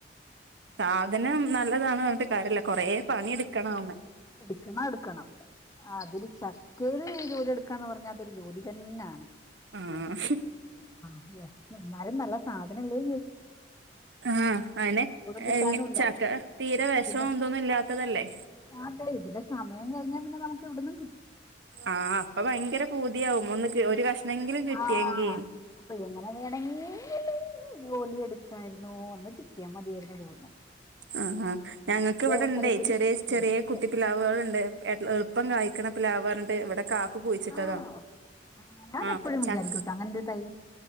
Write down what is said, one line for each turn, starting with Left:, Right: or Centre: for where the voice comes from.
Right: സാധനം നല്ലതാണ് പറഞ്ഞിട്ട് കാര്യമില്ല കൊറെ പണി എടുക്കണാവുമ്മേ
Left: എടുക്കണം എടുക്കണം അതില് ചക്കയില് ജോലി എടുക്കാന്ന് പറഞ്ഞാതൊരു ജോലി തന്നെയാണ്
Right: ആഹ
Left: അ എന്നാലും നല്ല സാധനംല്ലേ
Right: ആഹ അനെ
Left: കിട്ടാനുല്ല
Right: ചക്ക തീരെ വിഷം
Left: ഇതിന്റെ
Right: എന്തൊന്നും ഇല്ലാത്തതല്ലേ
Left: അതെ ഇതിന്റെ സമയം കഴിഞ്ഞാ പിന്നെ നമുക്ക് ഇവിടുന്നും
Right: ആഹ് അപ്പൊ ഭയങ്കര പൂതിയാവും ഒന്ന് ഒരു കഷ്ണെങ്കിലും കിട്ടിയെങ്കി
Left: ആഹ് അപ്പൊ എങ്ങനെ വേണെങ്കിൽ ജോലി എടുക്കായിരുന്നോ എന്ന് കിട്ടിയാൽ മതിയായിരുന്നു തോന്നും
Right: ആ ആ് ഞങ്ങൾക്ക് ഇവിടെണ്ടേ
Left: അവസരത്തില്
Right: ചെറിയ ചെറിയ
Left: എടുത്ത്
Right: കുട്ടി അത്തി പിലാവുകുകളുണ്ട് എളുപ്പം കായിക്കണ പിലാവ് പറഞ്ഞിട്ട് ഇവിടെ കാകു കുഴിച്ചിട്ടതാ
Left: ആണോ ആ, ഞാൻ
Right: ആഹ
Left: എപ്പോഴും വിചാരിക്കൂട്ടോ
Right: ചക്ക
Left: അങ്ങനൊരു തൈ